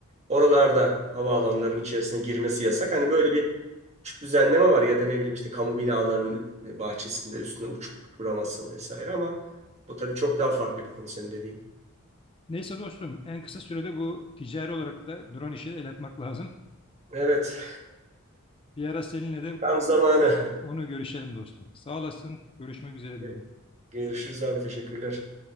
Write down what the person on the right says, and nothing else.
Oralarda havaalanlarının içerisine girmesi yasak. Hani böyle bir küçük düzenleme var ya da ne bileyim işte kamu binalarının bahçesinde üstüne uç, uçuramazsın vesaire ama bu tabii çok daha farklı bir konu senin dediğin.
Evet.
<laughs> Tam zamanı.
<laughs> Görüşürüz abi teşekkürler.